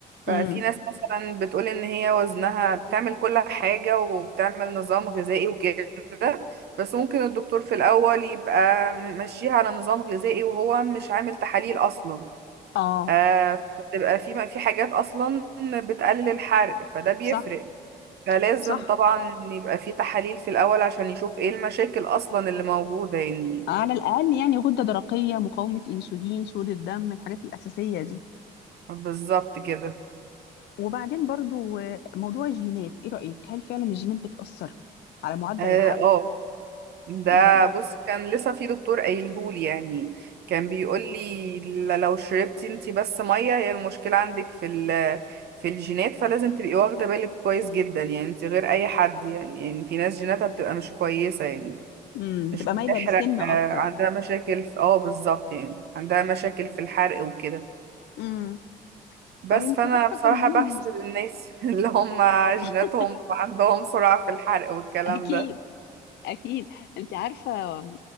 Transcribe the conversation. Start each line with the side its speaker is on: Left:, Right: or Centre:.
Right: ففي
Left: امم
Right: ناس مثلا بتقول ان هي وزنها بتعمل كل حاجة وبتعمل نظام غذائي وكده بس ممكن الدكتور في الاول يبقى ماشيها على نظام غذائي وهو مش عامل تحاليل اصلا
Left: اه
Right: آه، بتبقى في في حاجات اصلا بتقلل الحرق فده بيفرق
Left: صح
Right: فلازم
Left: صح
Right: طبعا يبقى في تحاليل في الأول عشان يشوف ايه المشاكل أصلا اللي موجودة يعني
Left: على الأقل يعني غدة درقية مقاومة أنسولين سوء الدم الحاجات الأساسية دي
Right: بالظبط كده
Left: وبعدين برضو آه، موضوع الجينات إيه رأيك هل فعلا الجينات بتأثر على معدل
Right: اه
Left: الحياة
Right: آه. ده
Left: امم
Right: بص كان لسه في دكتور قايلهولي يعني كان بيقولي ل- لو شربتي انتي بس مية هي المشكلة عندك في ال في الجينات فلازم تبقي واخدة بالك كويس جدا يعني انتي غير أي حد يعني يعني في ناس جيناتها بتبقى مش كويسة يعني
Left: امم بتبقى
Right: مش بتحرق
Left: مايلة للسمنة
Right: آه،
Left: أكتر
Right: عندها مشاكل في- اه بالظبط يعني عندها مشاكل في الحرق وكده
Left: امم
Right: بس
Left: طب أنت
Right: فانا
Left: عارفة
Right: بصراحة
Left: كمان
Right: بحسد الناس <laughs> اللي هم جيناتهم
Left: <laughs>
Right: عندهم سرعة في الحرق والكلام
Left: أكيد
Right: ده
Left: اكيد انت عارفه آه،